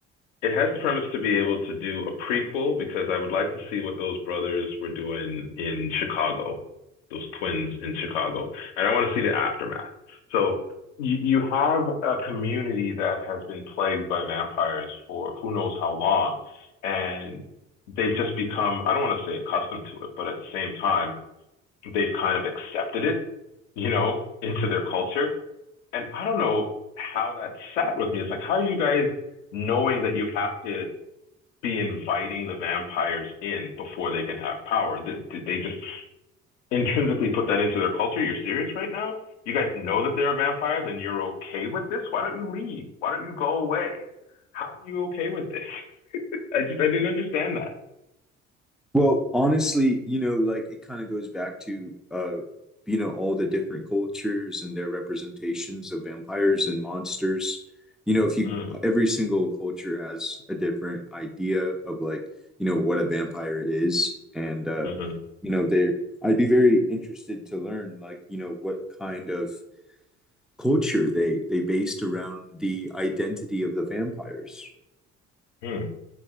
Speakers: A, on the left; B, in the centre.
A: it has the premise to be able to do a prequel because I would like to see what those brothers were doing in Chicago, those twins in Chicago, and I want to see the aftermath. So you, you have a community that has been plagued by vampires for who knows how long, and they've just become, I don't want to say accustomed to it, but at the same time, they've kind of accepted it, you know, into their culture. And I don't know how that sat with me. It's like, how are you guys knowing that you have to be inviting the vampires in before they can have power. Th- They just intrinsically put that into their culture. You're serious right now? You guys know that there are vampires and you're okay with this? Why don't you leave? Why don't you go away? How are you okay with this? I just I didn't understand that.
B: Well, honestly, you know, like it kind of goes back to uh, you know, all the different cultures and their representations of vampires and monsters. You know, if you
A: Mm,
B: every single culture has a different idea of like, you know, what a vampire is and uh,
A: hmm
B: you know, they're I'd be very interested to learn like, you know, what kind of culture they they based around the identity of the vampires.
A: Hmm.